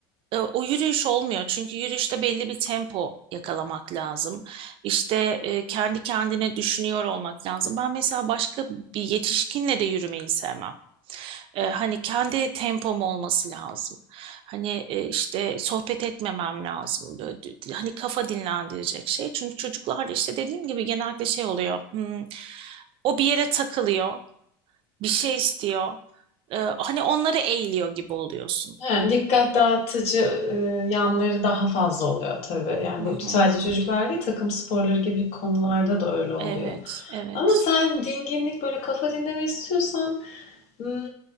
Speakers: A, on the right (about 50°); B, on the left (about 60°).
A: e, o yürüyüş olmuyor. Çünkü yürüyüşte belli bir tempo yakalamak lazım. İşte e, kendi kendine düşünüyor olmak lazım. Ben mesela başka bir yetişkinle de yürümeyi sevmem. E, hani kendi tempom olması lazım. Hani e, işte sohbet etmemem lazım. Böyle, d- hani kafa dinlendirecek şey. Çünkü çocuklarla işte dediğim gibi genellikle şey oluyor. hmm, o bir yere takılıyor bir şey istiyor. Ee, hani onları eğiliyor gibi oluyorsun.
B: He, dikkat dağıtıcı, ııı, yanları daha fazla oluyor tabii. Yani,
A: Hı
B: bu sadece
A: hı.
B: çocuklar değil, takım sporları gibi konularda da öyle oluyor.
A: Evet, evet.
B: Ama sen dinginlik, böyle kafa dinleme istiyorsan, ımm,